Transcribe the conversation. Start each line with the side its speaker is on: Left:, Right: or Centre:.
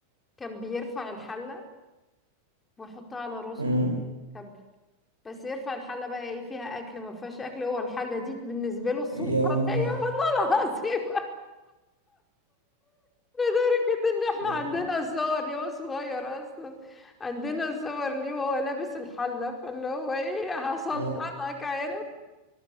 Left: كان بيرفع الحله ويحطها على راسه
Right: امم
Left: كده بس يرفع الحله بقى ايه فيها اكل ما فيهاش اكل هو الحله دي بالنسبه له السلطانيه
Right: يا نهار
Left: <laughs> والله العظيم لدرجه ان
Right: ده
Left: احنا عندنا صور ليه هو صغير اصلا عندنا صور ليه وهو لابس الحله فاللي هو ايه هسلطنك
Right: يا <laughs>
Left: عارف